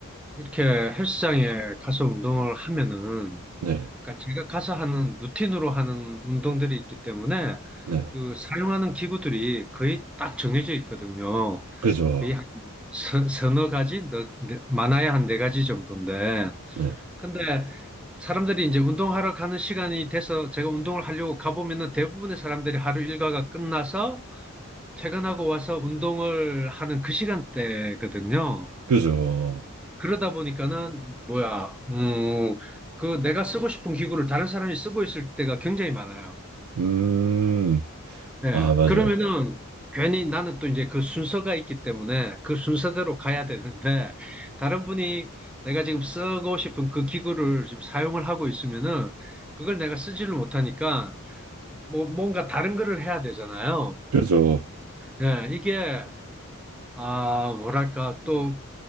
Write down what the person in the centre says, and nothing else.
이렇게 헬스장에 가서 운동을 하면은,
그러니까 제가 가서 하는 루틴으로 하는 운동들이 있기 때문에
그 사용하는 기구들이 거의 딱 정해져 있거든요.
거의 한 서, 서너 가지 너- 네- 많아야 한 네 가지 정도인데
근데 사람들이 이제 운동하러 가는 시간이 돼서 제가 운동을 하려고 가보면은 대부분의 사람들이 하루 일과가 끝나서 퇴근하고 와서 운동을 하는 그 시간대거든요.
그러다 보니까는 뭐야, 음, 그 내가 쓰고 싶은 기구를 다른 사람이 쓰고 있을 때가 굉장히 많아요.
예.
그러면은 괜히 나는 또 이제 그 순서가 있기 때문에 그 순서대로 가야 되는데 다른 분이 내가 지금 쓰고 싶은 그 기구를 지금 사용을 하고 있으면은 그걸 내가 쓰지를 못하니까 뭐 뭔가 다른 거를 해야 되잖아요.
예, 이게 아 뭐랄까 또